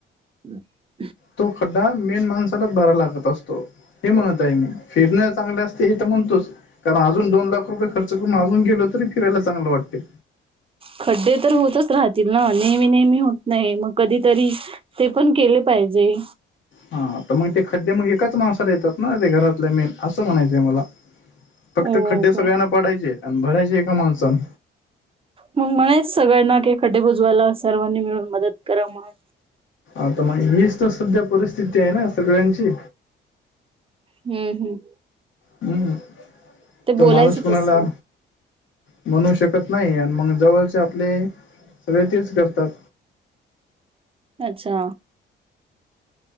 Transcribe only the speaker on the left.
तो खड्डा मेन माणसालाच भारायला लागत असतो हे म्हणत आहे मी, फिरण चांगल असते हे तर म्हणतोच कारण अजून दोन लाख रुपये खर्च, ण अजून गेलो तरी फियला चांगल वाटते.
हा तर मग ते खड्डे मग एकाच माणसाला येतात ना ते घरातल्या मेन अस म्हणायचय मला. फक्त
खड्डे सगळ्यान
पाडायचे आणि भरायचे एका माणसान.
आता मग हीच तर सध्या परिस्थिती आहे ना सगळ्यांची.
हम्म तर
माणुस कोणाला,
म्हणू शकत नाही आणि मग जवळचे आपले सगळे तेच करतात.